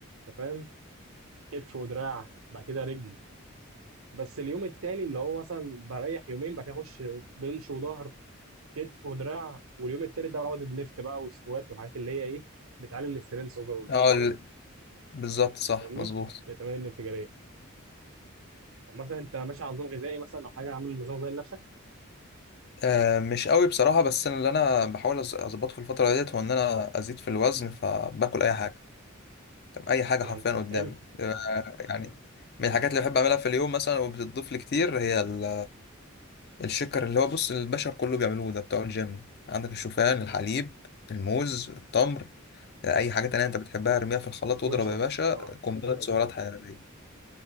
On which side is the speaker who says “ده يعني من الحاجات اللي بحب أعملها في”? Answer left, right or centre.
Left